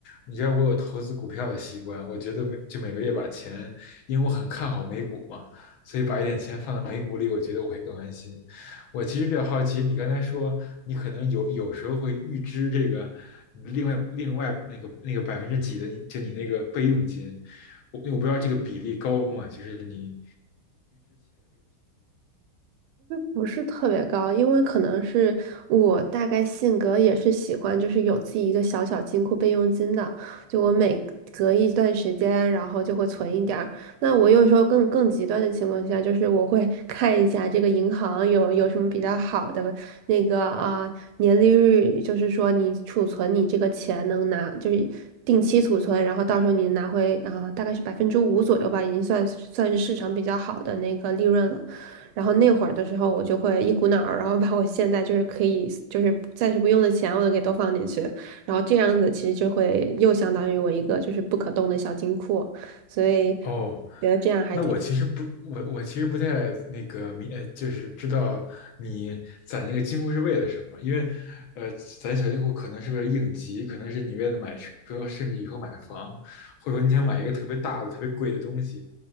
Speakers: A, on the left; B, on the right.
A: 你知道我有投资股票的习惯，我觉得每就每个月把钱，因为我很看好美股嘛，所以把一点钱放在美股里，我觉得我会更安心。我其实比较好奇，你刚才说你可能有有时候会预支这个另外另外那个那个百分之几的你就你那个备用金，我我不知道这个比例高吗？就是你。
B: 不是特别高，因为可能是我大概性格也是喜欢，就是有自己一个小小金库备用金的，就我每隔一段时间，然后就会存一点儿。那我有时候更更极端的情况下，就是我会 <laughs> 看一下这个银行有有什么比较好的那个啊、年利率，就是说你储存你这个钱能拿就是。定期储存，然后到时候你拿回啊、大概是百分之五左右吧，已经算算是市场比较好的那个利润了。然后那会儿的时候，我就会一股脑儿，然后把我现在就是可以就是暂时不用的钱，我都给都放进去，然后这样子其实就会又相当于我一个就是不可动的小金库，所以
A: 哦，
B: 觉得这样还挺好
A: 那我其实不，我我其实不太那个明，呃就是知道你攒那个金库是为了什么，因为，呃，攒小金库可能是为了应急，可能是你为了买车，甚至以后买房，或者说你想买一个特别大的、特别贵的东西，